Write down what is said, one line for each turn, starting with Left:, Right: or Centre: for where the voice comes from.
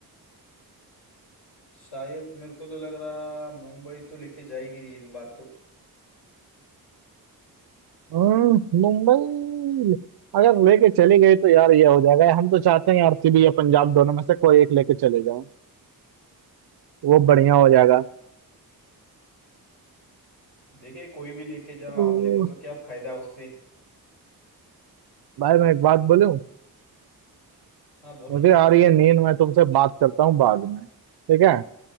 Left: शायद मेरे को तो लग रहा मुंबई तो लेके जाएगी इस बार तो
Right: हम्म, मुंबई अगर लेके चली गई तो यार ये हो जाएगा हम तो चाहते हैं आरसीबी या पंजाब दोनों में से कोई एक लेके चले जाए वो बढ़िया हो जाएगा
Left: देखिए कोई भी लेके जाओ
Right: हम्म,
Left: आपने को तो क्या फायदा उससे
Right: भाई मैं एक बात बोलूं
Left: हाँ बोलो
Right: मुझे
Left: ना
Right: आ रही है नींद मैं तुमसे बात करता हूँ बाद में ठीक है